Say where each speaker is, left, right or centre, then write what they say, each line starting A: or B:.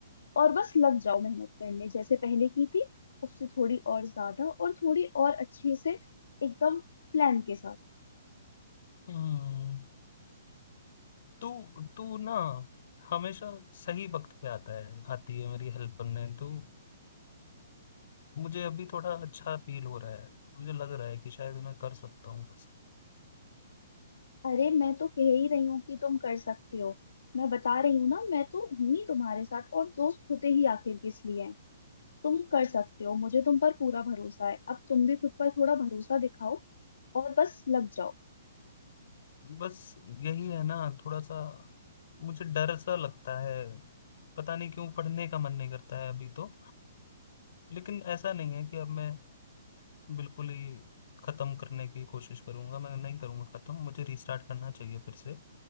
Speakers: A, on the left (about 85°); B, on the left (about 55°).
A: और बस लग जाओ मेहनत करने जैसे पहले की थी उससे थोड़ी और ज्यादा और थोड़ी और अच्छे से एकदम प्लान के साथ
B: हम्म तू तू ना हमेशा सही वक्त पे आता है आती है मेरी हेल्प करने तो मुझे अभी थोड़ा अच्छा फील हो रहा है मुझे लग रहा है कि शायद मैं कर सकता हूँ
A: अरे मैं तो कह ही रही हूँ कि तुम कर सकते हो मैं बता रही हूँ ना मैं तो हूं ही तुम्हारे साथ और दोस्त होते ही आखिर किस लिए हैं तुम कर सकते हो मुझे तुम पर पूरा भरोसा है अब तुम भी खुद पर थोड़ा भरोसा दिखाओ और बस लग जाओ
B: बस यही है ना थोड़ा सा मुझे डर सा लगता है पता नहीं क्यों पढ़ने का मन नहीं करता है अभी तो लेकिन ऐसा नहीं है कि अब मैं बिल्कुल ही खत्म करने की कोशिश करूंगा मैं नहीं करूंगा खत्म मुझे रीस्टार्ट करना चाहिए फिर से